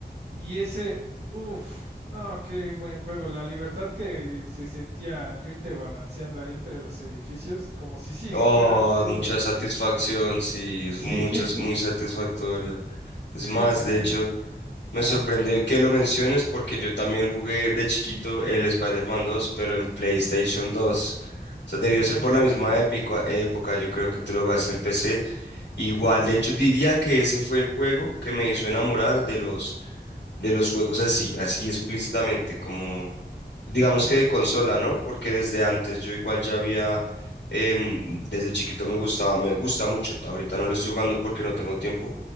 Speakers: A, on the right (about 75°); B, on the left (about 80°).
A: Y ese, uff, no, qué buen juego. La libertad que se sentía al irte balanceando ahí entre los edificios, como si sí
B: oh,
A: <laughs> fueras tú,
B: mucha
A: ¿eh?
B: satisfacción, sí,
A: Sí,
B: es muchas,
A: <laughs>
B: muy satisfactorio.
A: sí,
B: Es más,
A: sí,
B: de
A: sí.
B: hecho. Me
A: Ajá,
B: sorprende que lo menciones porque yo también jugué de chiquito el Spider-Man 2, pero en PlayStation 2. O sea, debió
A: oh,
B: ser por
A: ya.
B: la misma épico- época, yo creo que tú lo jugaste en PC. Igual,
A: Ajá,
B: de hecho, diría que ese fue el juego que me hizo enamorar de los, de los juegos así, así explícitamente, como digamos
A: ajá.
B: que de consola, ¿no? Porque desde antes yo igual ya había, em, desde chiquito me gustaba, me gusta mucho. Ahorita no lo estoy jugando porque no tengo tiempo,